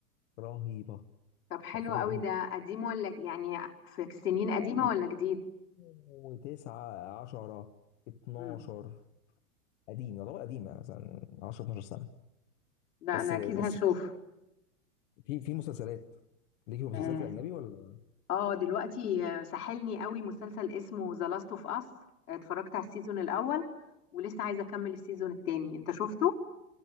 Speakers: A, on the left; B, on the left.
A: رهيبة
B: طب حلو
A: حرفيا
B: قوي
A: رهيبة
B: ده قديم ولا يعني في سنين
A: هو
B: قديمة ولا جديد
A: 2009 10 12
B: مم.
A: قديم يعتبر قديم يعني مثلا 10 12 سنة
B: لا
A: بس
B: انا اكيد
A: بس
B: هشوف
A: في في مسلسلات ليك في المسلسلات
B: اه
A: الأجنبي ولا
B: آه، دلوقتي آه، سحلني قوي مسلسل اسمه ذا لاست اوف اس اتفرجت على السيزون الاول ولسه عايزة اكمل السيزون التاني انت شفته